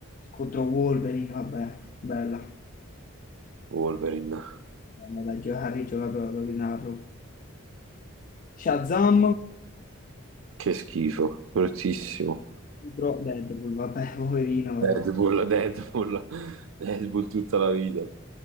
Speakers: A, on the left; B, on the right.
A: Contro Wolverine, vabbè, bella.
B: Wolverine,
A: Andiamo da Harry gioca proprio di narro. Shazam
B: che schifo, bruttissimo.
A: contro Deadpool, vabbè, <laughs> poverino, però.
B: Deadpool, Deadpool, <laughs> Deadpool tutta la vita.